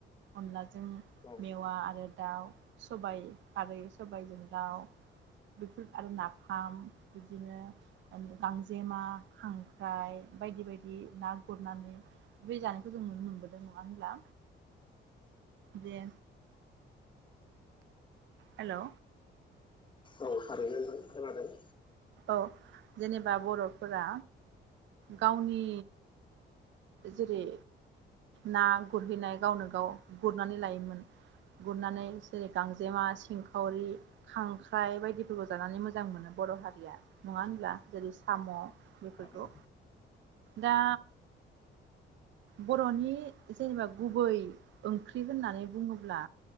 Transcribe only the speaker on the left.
औ
औ <unintelligible> खोनादों
औ